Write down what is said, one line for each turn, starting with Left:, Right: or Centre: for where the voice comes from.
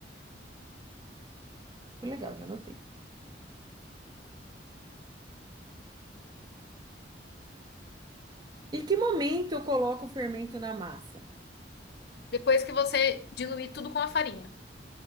Right: Legal, já anotei. Em que momento eu coloco o fermento na massa?
Left: Depois que você diluir tudo com a farinha.